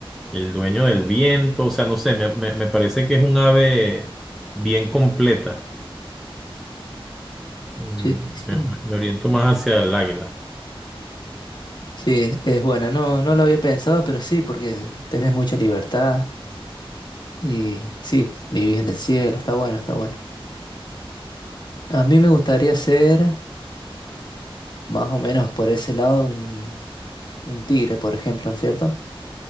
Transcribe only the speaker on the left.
Sí, sí,
sí, es buena. No, no lo había pensado, pero sí, porque tenés mucha libertad y sí, vivís en el cielo, está bueno, está bueno. A mí me gustaría ser... más o menos por ese lado un, un tigre, por ejemplo, ¿no es cierto?